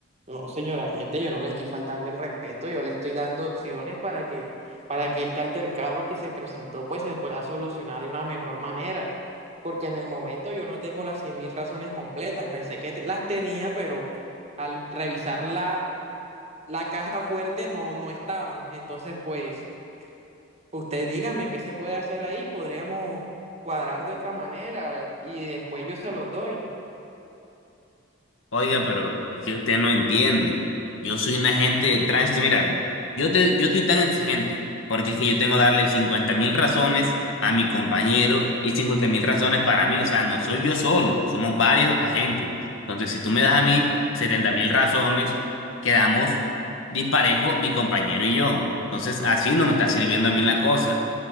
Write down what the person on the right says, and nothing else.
No, señora gente, yo no le estoy faltando el respeto, yo le estoy dando opciones para que, para que este altercado que se presentó pues se pueda solucionar de una mejor manera. Porque en el momento yo no tengo las cien mil razones completas, pensé que te- las tenía, pero al revisar la, la caja fuerte no, no estaban. Entonces, pues, usted dígame qué se puede hacer ahí, podríamos cuadrar de otra manera y después yo se los doy.